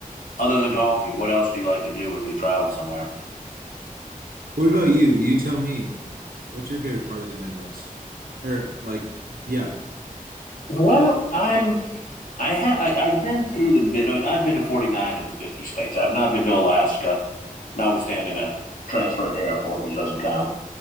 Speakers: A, on the left; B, on the right.
A: other than golfing? What else do you like to do when you travel somewhere?
B: What about you? You tell me, what's your favorite part of the Midwest? Or like, yeah.
A: Well, I'm I have. I, I've been through the mid. I mean, I've been in forty nine of the fifty states. I've not been to Alaska, notwithstanding a transfer at the airport, which doesn't count.